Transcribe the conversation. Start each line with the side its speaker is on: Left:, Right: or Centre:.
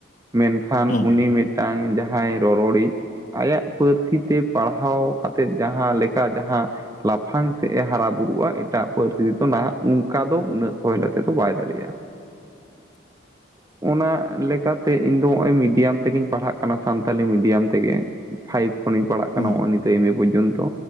Right: ᱢᱮᱱ ᱠᱷᱟᱱ
Left: ᱦᱩᱸ
Right: ᱩᱱᱤ ᱢᱤᱫᱴᱟᱝ ᱡᱟᱦᱟᱸᱭ ᱨᱚᱨᱚᱲᱤᱡ ᱟᱭᱟᱜ ᱯᱟᱹᱨᱥᱤ ᱛᱮ ᱯᱟᱲᱦᱟᱣ ᱠᱟᱛᱮᱫ ᱡᱟᱦᱟᱸ ᱞᱮᱠᱟ ᱡᱟᱦᱟ ᱞᱟᱯᱷᱟᱝ ᱥᱮᱫ ᱮ ᱦᱟᱨᱟ ᱵᱩᱨᱩᱜᱼᱟ ᱮᱴᱟᱜ ᱯᱟᱹᱨᱥᱤ ᱛᱮᱫᱚ ᱱᱟᱦᱟᱸᱜ ᱚᱱᱠᱟ ᱫᱚ ᱩᱱᱟᱹᱜ ᱥᱚᱞᱦᱮ ᱛᱮᱫᱚ ᱵᱟᱭ ᱫᱟᱲᱮᱭᱟᱜᱼᱟ ᱾
Left: <inaudible>
Right: ᱚᱱᱟ ᱞᱮᱠᱟᱛᱮ ᱤᱧ ᱫᱚ ᱱᱚᱜᱚᱭ ᱢᱤᱰᱤᱭᱟᱢ ᱛᱮᱜᱤᱧ ᱯᱟᱲᱦᱟᱜ ᱠᱟᱱᱟ ᱾ ᱥᱟᱱᱛᱟᱞᱤ ᱢᱤᱰᱤᱭᱟᱢ ᱛᱮᱜᱮ ᱯᱷᱟᱭᱤᱵ ᱠᱷᱚᱱᱤᱧ ᱯᱟᱲᱦᱟᱜ
Left: ᱦᱩᱸ
Right: ᱠᱟᱱᱟ ᱱᱚᱜᱚᱭ ᱱᱤᱛᱚᱜ ᱮᱢᱮ ᱯᱚᱨᱡᱚᱱᱛᱚ